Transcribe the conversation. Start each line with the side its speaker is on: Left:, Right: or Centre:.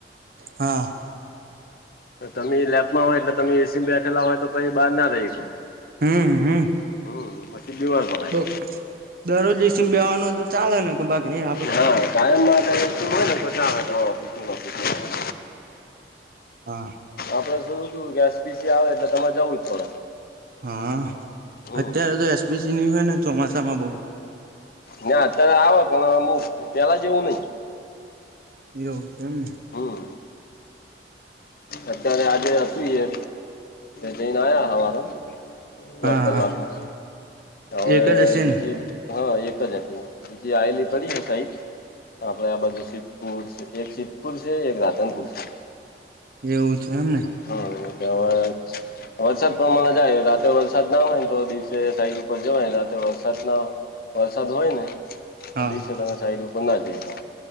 Right: હા.
Left: તો તમે લેબમાં હોય એટલે તમે એસી બેઠલા હોય તો પછી બહાર ના રહી હકો.
Right: હમ હમ.
Left: હું પતિ ગયેલું આજ બલાય.
Right: બઉ દરરોજ એસીમાં બેવાનું તો ચાલે ને કે બાકી હે.
Left: હા કાયમ માટે જોતું હોય તો ચાલે ઓફિસમાં ઓફિસમાં.
Right: હા.
Left: આપડે શું શું ગૈસ બીસી આવે એટલે તમારે જાવું જ પડે.
Right: હા
Left: હમ
Right: અત્યારે તો એસપીસી ની હોય ને ચોમાસામાં બહુ.
Left: ના અત્યારે આવે પણ અમુક પેલા જેવું નહીં.
Right: એવું એમન.
Left: હમ. અત્યારે આજે એ હશુએ જઈને આયા હવારો. ઢોઢ
Right: હા
Left: કલાકમા
Right: હા
Left: હવે
Right: એક જ હશે
Left: બીજી.
Right: ને
Left: હા એક જ હતી બીજી આયેલી પડી ને સાઈડ આપડે આ બાજુ સિદ્ધપુર એક સિદ્ધપુર છે એક રાધનપુર છે.
Right: એવું છે એમ ને.
Left: હા કેવા <inaudible> વરસાદ પ્રમાણે જાય રાતે વરસાદ ના હોય ને તો દિવસે સાઈડ ઉપર જવાને રાતે વરસાદ ના. વરસાદ હોય ને
Right: હા
Left: તો દિવસે તમે સાઈડ ઉપર ના જઈ શકો